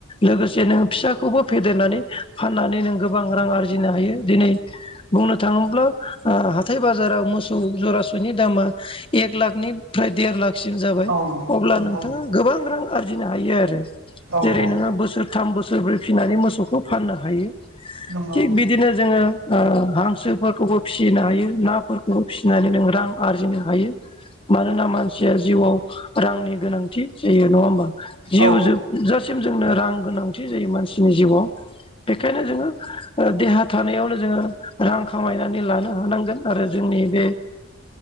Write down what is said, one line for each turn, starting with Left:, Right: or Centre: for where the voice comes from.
Left: लोगोसे नोङो फिसाखौबो फेदेरनानै फाननानै नों गोबां रां आरजिनो हायो दिनै बुंनो थाङोब्ला हाथथाय बाजाराव मोसौ जराास'नि दामा एक लाखनिफ्राय देर लाख सिम जाबाय
Right: औ
Left: अब्ला
Right: नंगौ
Left: नोंथाङा गोबां रां आरजिनो हायो आरो।
Right: औ
Left: जेरै
Right: औ
Left: नोङो बोसोर थाम बोसोरब्रै फिसिनानै मोसौखौ फाननो हायो
Right: नंगौ
Left: थिग बिदिनो जोङो ओ हांसोफोरखौबो फिसिनो हायो नाफोरखौबो फिसिनानै नों रां आरजिनो हायो। मानोना मानसिया जिउआव रांनि गोनांथि जायो नङा होमबा? जिउ
Right: औ
Left: जोब जासिम जोंनो रां गोनांथि जायो मानसिनि जिउआव बेखायनो जोङो ओ देहा थानायावनो जोङो रां खामायनानै लानो हानांगोन आरो जोंनि बे